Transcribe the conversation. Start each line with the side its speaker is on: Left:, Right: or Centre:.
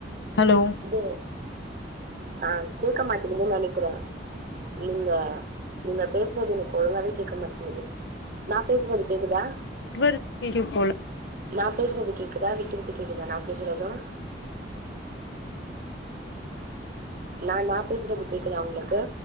Left: ஹலோ
Right: இது ஆ கேக்க மாட்டேங்குதுன் நெனைக்றே நீங்க நீங்க பேசுறது எனக் ஒழுங்காவே கேக்க மாட்டேங்குது நா பேசுறது கேக்குதா
Left: நெட்வொர்க் இஷ்யு போல
Right: நா பேசுறது கேக்குதா விட்டு விட்டு கேக்குதா நா பேசுறது நா நா பேசுறது கேக்குதா உங்களுக்கு